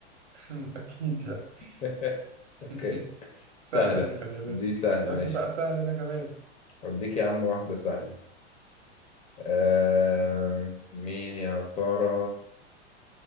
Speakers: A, on the right (about 75°); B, on the left (about 20°).
A: <laughs> أكيد يعني
B: <laughs>
A: <laughs>
B: اوكي
A: سهلة
B: سهلة
A: دي خلي بالك
B: دي سهلة
A: بعت
B: ماشي
A: لي بقى سهل أنا كمان
B: أديك يا عم واحدة سهلة آه... مين يا ترى